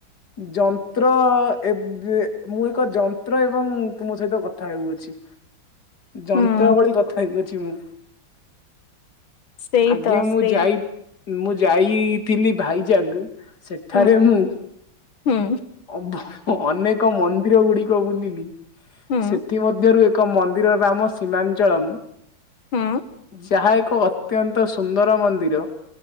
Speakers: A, on the left; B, on the left.
A: ଯନ୍ତ୍ର ଏବେ ମୁଁ ଏକ ଯନ୍ତ୍ର ଏବଂ ତୁମ ସହିତ କଥା ହେଉଅଛି। ଯନ୍ତ୍ରା
B: ହୁଁ
A: ଭଳି କଥା ହେଉଅଛି ମୁଁ।
B: ସେଇ
A: ଆଜ୍ଞା
B: ତ
A: ମୁଁ
B: ସେଇ
A: ଯାଇ ମୁଁ ଯାଇଥିଲି ଭାଇଜାଗ ସେଠାରେ
B: ହୁଁ
A: ମୁଁ
B: ହୁଁ
A: ଅଭ ଅନେକ ମନ୍ଦିର ଗୁଡିକ ବୁଲିଲି।
B: ହୁଁ
A: ସେଥିମଧ୍ୟରୁ କ ମନ୍ଦିର ନାମ ସୀମାଞ୍ଚଳମ
B: ହୁଁ
A: ଯାହା ଏକ ଅତ୍ୟନ୍ତ ସୁନ୍ଦର ମନ୍ଦିର।